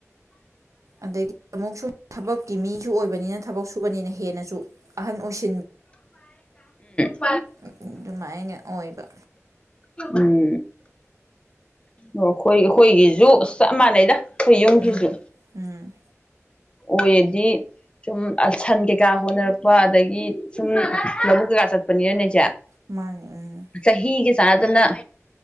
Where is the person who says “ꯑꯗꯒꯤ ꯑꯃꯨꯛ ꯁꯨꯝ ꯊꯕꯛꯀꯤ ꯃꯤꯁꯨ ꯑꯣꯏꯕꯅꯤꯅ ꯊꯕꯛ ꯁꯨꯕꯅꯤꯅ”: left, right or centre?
Right